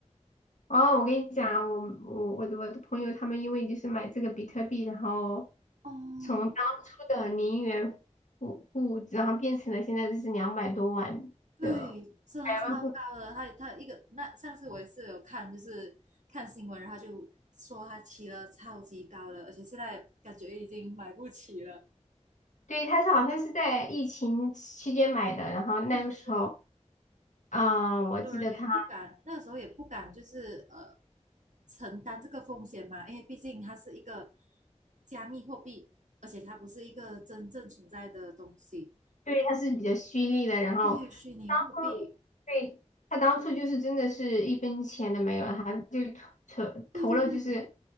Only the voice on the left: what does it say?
哦，我跟你讲，我我我的我的朋友他们因为就是买这个比特币，然后
从当初的零元户户，然后变成了现在就是两百多万的百万富。
对，他是好像是在疫情期间买的，然后那个时候。
啊、我记得他。
对，他是比较蓄利的，然后当初对他当初就是真的是一分钱都没有，
他就投投投了，
就是